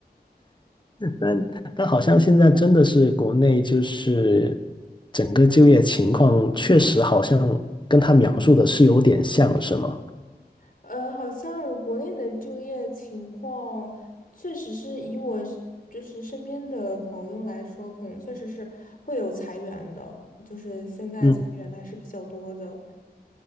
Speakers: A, on the left; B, on the left.
A: 但但好像现在真的是国内就是整个就业情况确实好像跟他描述的是有点像，是吗？
B: 呃，好像国内的就业情况，确实是以我是就是身边的朋友来说，可能确实是会有裁员的，就是现在裁员的还是比较多的。
A: 嗯，